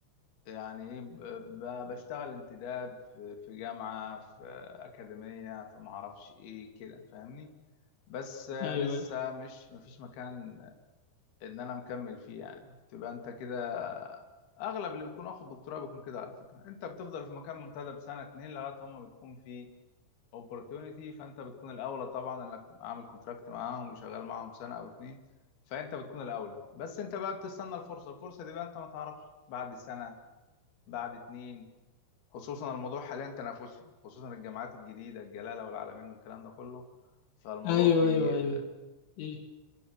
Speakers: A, on the left; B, on the left.
A: يعني ايه ب- ب- بشتغل انتداب في في جامعة في أكاديمية في معرفش ايه كده فاهمني بس آه،
B: ايوه
A: لسه مش مفيش مكان ان انا مكمل فيه يعني تبقى انت كده اغلب اللي بيكون واخد دكتوراه بيكون كده على فكرة انت بتفضل في مكان منتدب سنة اتنين لغاية هما بتكون في opportunity فانت بتكون الاولى طبعا انك عامل كونتراكت معاهم وشغال معاهم سنة او اتنين فانت بتكون الاولى بس انت بقى بتستنى الفرصة الفرصة دي بقى انت ما تعرفش بعد سنة بعد اتنين خصوصا الموضوع حاليا تنافسي خصوصا الجامعات الجديدة الجلالة والعلمين والكلام ده كله فالموضوع
B: ايوه
A: فيه
B: ايوه ايوه إيه؟